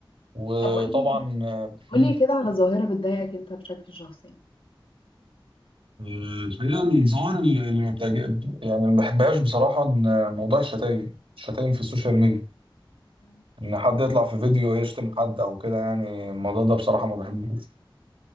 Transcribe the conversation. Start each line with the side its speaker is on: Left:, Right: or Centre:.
Right: وطبعا
Left: طب قولي
Right: آه،
Left: قولي
Right: مم.
Left: كده على ظاهره بتضايقك انت بشكل شخصي
Right: الحقيقة الظاهر اللي اللي ما بتعجب يعني اللي ما بحبهاش بصراحة إن موضوع الشتايم الشتايم في السوشيال ميديا إن حد يطلع في فيديو يشتم حد أو كده يعني الموضوع ده بصراحة ما بحبوش